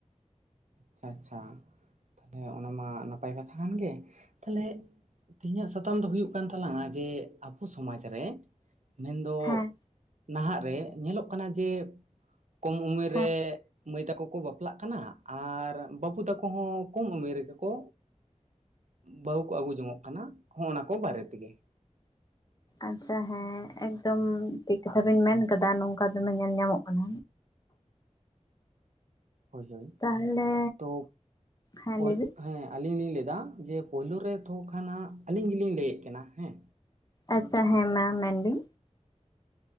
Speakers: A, on the right (about 70°); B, on the left (about 30°).
A: ᱪᱷᱟ ᱪᱷᱟ, ᱛᱟᱞᱦᱮ ᱚᱱᱟ ᱢᱟ ᱱᱟᱯᱟᱭ ᱠᱟᱛᱷᱟ ᱠᱟᱱ ᱜᱮ, ᱛᱟᱞᱦᱮ ᱛᱤᱦᱤᱧᱟᱜ ᱥᱟᱛᱟᱢ ᱫᱚ ᱦᱩᱭᱩᱜ ᱠᱟᱱ ᱛᱟᱞᱟᱝᱟ ᱡᱮ ᱟᱵᱚ ᱥᱚᱢᱟᱡᱽ ᱨᱮ, ᱢᱮᱱᱫᱚ
B: ᱦᱮᱸ
A: ᱱᱟᱦᱟᱜ ᱨᱮ ᱧᱮᱞᱚᱜ ᱠᱟᱱᱟ ᱡᱮ ᱠᱚᱢ ᱩᱢᱮᱨ
B: ᱦᱮᱸ
A: ᱨᱮ ᱢᱟᱹᱭ ᱛᱟᱠᱚ ᱠᱚ ᱵᱟᱯᱞᱟᱜ ᱠᱟᱱᱟ ᱟᱨ ᱵᱟᱹᱵᱩ ᱛᱟᱠᱚ ᱦᱚᱸ ᱠᱚᱢ ᱩᱢᱮᱨ ᱨᱮᱜᱮ ᱠᱚ ᱵᱟᱦᱩ ᱠᱚ ᱟᱹᱜᱩ ᱡᱚᱝᱚᱜ ᱠᱟᱱᱟ ᱦᱚᱜᱼᱚ ᱱᱟ ᱠᱚ ᱵᱟᱨᱮ ᱛᱮᱜᱮ᱾
B: ᱟᱪᱪᱷᱟ ᱦᱮᱸ ᱮᱠᱫᱚᱢ ᱴᱷᱤᱠ ᱠᱟᱛᱷᱟ ᱵᱮᱱ ᱢᱮᱱ ᱠᱟᱫᱟ ᱱᱚᱝᱠᱟ ᱫᱚᱢᱮ ᱧᱮᱞ ᱧᱟᱢᱚᱜ ᱠᱟᱱᱟ᱾
A: ᱦᱳᱭ ᱦᱳᱭ,
B: ᱛᱟᱦᱚᱞᱮ
A: ᱛᱚ
B: ᱦᱮᱸ
A: ᱳᱡ
B: ᱞᱟᱹᱭᱵᱤᱱ
A: ᱦᱮᱸ ᱟᱞᱤᱧ ᱞᱤᱧ ᱞᱮᱭᱫᱟ ᱡᱮ ᱯᱳᱭᱞᱳ ᱨᱮ ᱛᱚ ᱠᱷᱟᱱ ᱦᱟᱸᱜ ᱟᱹᱞᱤᱧ ᱜᱮᱞᱤᱧ ᱞᱟᱹᱭᱮᱫ ᱠᱟᱱᱟ, ᱦᱮᱸ?
B: ᱟᱪᱪᱷᱟ ᱦᱮᱸ ᱢᱟ ᱢᱮᱱ ᱵᱤᱱ᱾